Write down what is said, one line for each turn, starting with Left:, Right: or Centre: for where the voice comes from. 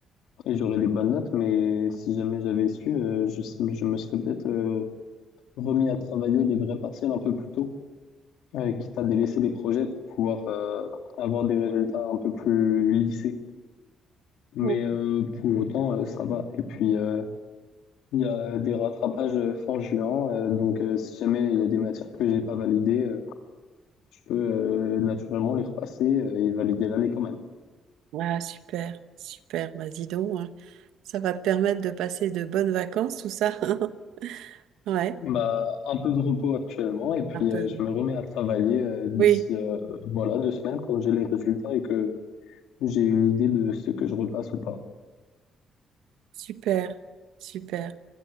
Left: et j'aurais des bonnes notes, mais si jamais j'avais su, heu, je s je me serais peut-être, heu, remis à travailler les vrais partiels un peu plus tôt, heu, quitte à délaisser les projets pour pouvoir, heu, avoir des résultats un peu plus lissés. Mais
Right: Oh.
Left: heu, pour autant, heu, ça va et puis, heu, il y a des rattrapages, heu, fin juin, heu, donc heu, si jamais il y a des matières que j'ai pas validées, heu, je peux, heu, naturellement les repasser, heu, et valider l'année quand même.
Right: Ah, super, super. Bah, dis donc, hein. Ça va te permettre de passer de bonnes vacances, tout ça. <laughs> Ouais,
Left: Bah, un peu de repos actuellement et puis
Right: un peu.
Left: euh, je me remets à travailler euh, d'ici
Right: Oui,
Left: euh, voilà deux semaines quand j'ai les résultats et que j'ai une idée de ce que je repasse ou pas.
Right: super, super.